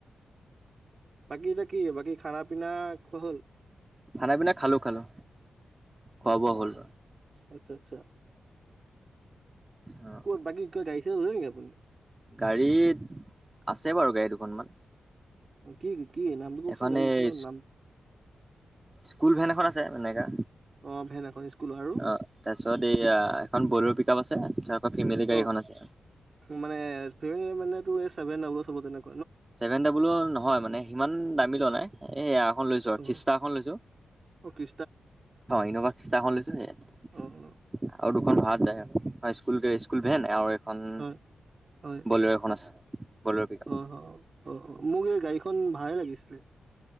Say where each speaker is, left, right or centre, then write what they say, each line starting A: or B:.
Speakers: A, on the right; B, on the right.
A: বাকী এতিয়া কি বাকী খানা পিনা খোৱা হল।
B: খানা পিনা খালো খালো খোৱা
A: অ'
B: বোৱা
A: অ'
B: হ'ল।
A: আচ্ছা আচ্ছা
B: অ',
A: কত বাকী কিবা গাড়ী চাৰী ললে নেকি আপুনি?
B: গাড়ীত আছে বাৰু গাড়ী দুখনমান।
A: কি কি? নামটো কওকচোন
B: এখন
A: গাড়ীখনৰ
B: এই
A: নাম
B: স্কুল ভেন এখন আছে তেনেকা
A: অ' ভেন এখন স্কুলৰ আৰু
B: অ তাৰপিছত এইয়া এখন বলেৰ' পিক আপ আছে। আকৌ ফেমিলি গাড়ী
A: অ
B: এখন আছে
A: মানে এছ ভি মানে ছেভেন‌ ডাবুলৰ হ'ব চাগে।
B: ছেভেন ডাবুল নহয় মানে সিমান দামী লোৱা নাই এই এয়া এখন লৈছো আৰু
A: অ'
B: খিষ্টা এখন লৈছো।
A: অ কি?
B: ইনভা চিচটাখন লৈছো আৰু
A: অ' অ'
B: দুখন ভান স্কুল স্কুল ভেন আৰু এওঁৰ এখন
A: হয় হয়
B: বলেৰ এখন আছে। বলেৰু
A: অ' অ' অ মোক এই গাড়ীখন ভাড়াই লাগিছিলে।